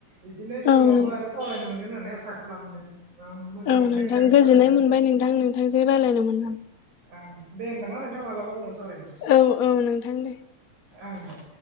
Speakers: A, on the right; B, on the left.
A: बिदिनो इयुनावबो
B: औ नों
A: आरो सावरायनो मोनगोन होननानै आसा खालामदों। मोजां
B: औ
A: मोनबाय
B: नोंथां
A: नोंथांजों
B: गोजोननाय
A: सावरायनानै
B: मोनबाय नोंथां नोंथांजों रायज्लायनो मोननानै।
A: ओं दे होनबाना नोंथां मालाबा उनाव सावरायनोसै।
B: औ औ नोंथां दे
A: ओं दे।